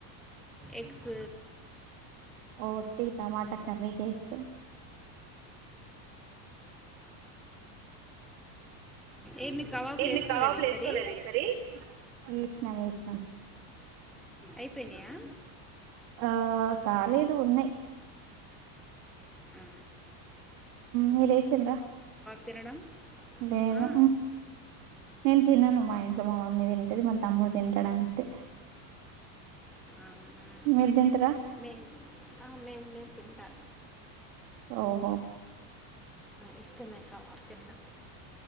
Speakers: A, in the centre; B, on the right.
A: ఎగ్స్
B: ఉటి టమాటా కర్రీ చేస్తున్న
A: ఏమి కబాబ్లు
B: ఏ మీ
A: వేసుకోలేదు
B: కవాబులు
A: ఈసారి
B: వేసుకోలేద ఈసారి వేసినం వేసినాం
A: అయిపోయినయా
B: ఆ కాలేదు ఉన్నాయి
A: ఆ
B: మీరేసిండ్రా
A: తినడం
B: లేదు
A: ఆ,
B: నేను తినను మా ఇంట్లో మా మమ్మీ తింటది మా తమ్ముడు తింటాడు అంతే
A: అవునా
B: మీరు తింటార
A: మే ఆ మే నేను తింటా
B: ఓహో
A: ఇష్టమే కావబ్ తిన్నా